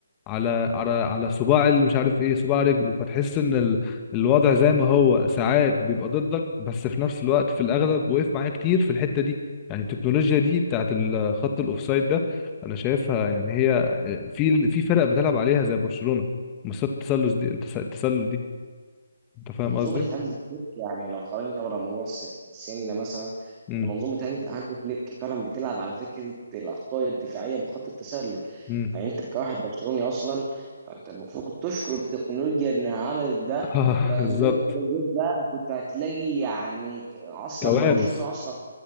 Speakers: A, on the left; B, on the right.
A: على على على صباع اللي مش عارف ايه صباع رجله فتحس ان ال... الوضع زي ما هو ساعات بيبقى ضدك بس في نفس الوقت في الاغلب وقف معايا كتير في الحته دي يعني التكنولوجيا دي بتاعت ال- خط الاوفسايد ده انا شايفها يعني هي في في فرق بتلعب عليها زي برشلونه مسات التسلل دي التس- التسلل دي انت فاهم
B: منظومة
A: قصدي؟
B: هانز فليك يعني لو خرجنا بره موضوع الس- السن مثلا
A: امم
B: إن منظومة هانز هانز فليك فعلا بتلعب على فكرة الأخطاء الدفاعية من خط التسلل
A: امم
B: فأنت كواحد برشلوني أصلا فأنت المفروض تشكر التكنولوجيا إنها عملت ده
A: اه
B: لأن
A: <laughs> بالظبط
B: أنت من غير ده كنت هتلاقي يعني ك- أصلا
A: كوارث
B: إن برشلونة أصلا